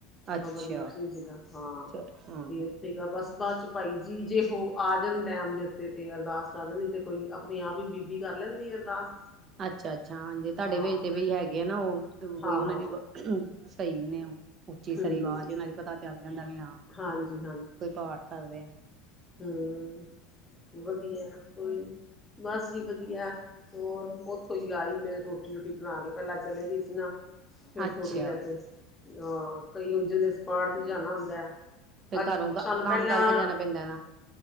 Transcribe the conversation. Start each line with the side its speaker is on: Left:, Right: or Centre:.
Right: ਅੱਛਾ
Left: ਬਾਬਾ ਦੀਪ ਸਿੰਘ ਜੀ ਦਾ, ਹਾਂ,
Right: ਚ ਹਾਂ
Left: ਤੇ
Right: ਹਾਂ
Left: ਓ ਠੀਕ ਆ, ਬੱਸ ਬਾਅਦ 'ਚ ਭਾਈ ਜੀ ਜੇ ਹੋ ਆ ਜਾਣ ਟੈਮ ਦੇ ਤੇ ਤੇ ਅਰਦਾਸ ਕਰ ਦਿੰਦੀ, ਤੇ ਕੋਈ ਆਪਣੇ ਆਪ ਹੀ ਬੀਬੀ ਕਰ ਲੈਂਦੀ ਅਰਦਾਸ।
Right: ਅੱਛਾ, ਅੱਛਾ, ਹਾਂਜੀ! ਤੁਹਾਡੇ
Left: ਹਾਂ
Right: ਵੇ ਤੇ ਵਈ ਹੈਗੇ ਆ ਨਾ ਉਹ, ਵਈ
Left: ਹਾਂ
Right: ਉਹਨਾਂ
Left: ਹਾਂ
Right: ਦੀ ਸਹੀ ਨੇ ਉਹ ਉੱਚੀ ਸਾਰੀ
Left: ਹੂੰ
Right: ਆਵਾਜ਼ ਉਨ੍ਹਾਂ ਦੀ, ਪਤਾ ਚੱਲ ਜਾਂਦਾ ਵੀ ਹਾਂ,
Left: ਹਾਂਜੀ
Right: ਕੋਈ ਪਾਠ ਕਰ ਰਿਹਾ ਆ।
Left: ਹਮ, ਵਧੀਆ! ਕੋਈ ਨੀ, ਬਸ ਜੀ ਵਧੀਆ। ਹੋਰ, ਉਥੋਈ ਆਈ ਮੈਂ। ਰੋਟੀ-ਰੂਟੀ ਬਣਾ ਕੇ ਪਹਿਲਾਂ ਚਲੇ ਗਈ ਸੀ ਨਾ। ਫੇਰ
Right: ਅੱਛਾ
Left: ਥੋਡੀ ਇਫਰਟਸ ਹਾ ਕਈ ਉਜੇ ਦੇ ਸਪਾਰਕ ਤੇ ਜਾਣਾ ਹੁੰਦਾ ਐ
Right: ਫੇਰ
Left: ਅੱਜ
Right: ਘਰੋਂ
Left: ਸਾਨੂੰ
Right: ਕੰਮ
Left: ਪਹਿਲਾਂ
Right: ਕਰਕੇ ਜਾਣਾ ਪੈਂਦਾ ਨਾ